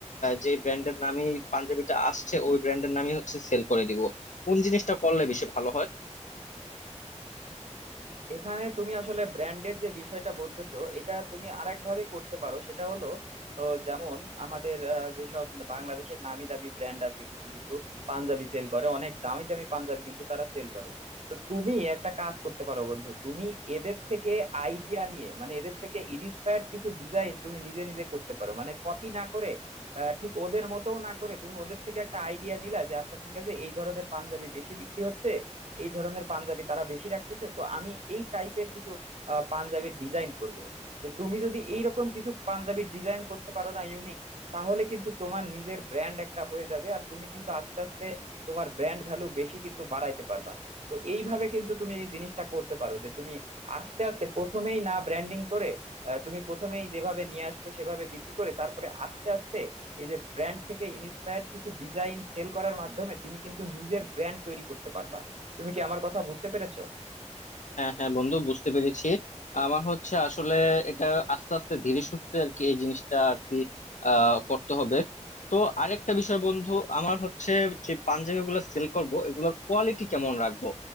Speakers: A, on the left (about 85°); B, on the right (about 65°).
A: যে ব্র্যান্ডের নামই পাঞ্জাবিটা আসছে ওই ব্র্যান্ডের নামই হচ্ছে সেল করে দিব কোন জিনিসটা করলে বেশি ভালো হয়
B: এখানে তুমি আসলে ব্র্যান্ডের যে বিষয়টা বলতেছো এটা তুমি আরেক ভাবে করতে পারো সেটা হলো আহ, যেমন আমাদের আহ, যেসব বাংলাদেশের নামি দামি ব্র্যান্ড আছে কিছু কিছু পাঞ্জাবি সেল করে অনেক দামি দামি পাঞ্জাবি কিন্তু তারা সেল করে তো তুমি একটা কাজ করতে পারো বন্ধু তুমি এদের থেকে আইডিয়া নিয়ে মানে এদের থেকে ইন্সপায়ার্ড কিছু ডিজাইন তুমি নিজে নিজে করতে পারো মানে কপি না করে আহ, ঠিক ওদের মতো না করে তুমি ওদের থেকে একটা আইডিয়া নিলা যে আচ্ছা ঠিক আছে এই ধরনের পাঞ্জাবি বেশি বিক্রি হচ্ছে এই ধরনের পাঞ্জাবি তারা বেশি রাখতেছে তো আমি এই টাইপের কিছু আহ, পাঞ্জাবির ডিজাইন করব তো তুমি যদি এইরকম কিছু পাঞ্জাবির ডিজাইন করতে পারো না ইউনিক তাহলে কিন্তু তোমার নিজের ব্র্যান্ড একটা হয়ে যাবে আর তুমি কিন্তু আস্তে আস্তে তোমার ব্র্যান্ড ভ্যালু বেশি কিন্তু বাড়াইতে পারবা তো এইভাবে কিন্তু তুমি এই জিনিসটা করতে পারো যে তুমি আস্তে আস্তে প্রথমেই না ব্র্যান্ডিং করে আহ, তুমি প্রথমেই যেভাবে নিয়ে আসছো সেভাবে বিক্রি করে তারপরে আস্তে আস্তে এই যে ব্র্যান্ড থেকে ইন্সপায়ার্ড কিছু ডিজাইন সেল করার মাধ্যমে তুমি কিন্তু নিজের ব্র্যান্ড তৈরি করতে পারবা তুমি কি আমার কথা বুঝতে পেরেছো
A: হ্যাঁ হ্যাঁ বন্ধু বুঝতে পেরেছি আমার হচ্ছে আসলে এটা আস্তে আস্তে ধীরে সুস্থে আর কি এই জিনিসটা আর কি আহ, করতে হবে তো আরেকটা বিষয় বন্ধু আমার হচ্ছে যে পাঞ্জাবি গুলো সেল করবো এগুলোর কোয়ালিটি কেমন রাখবো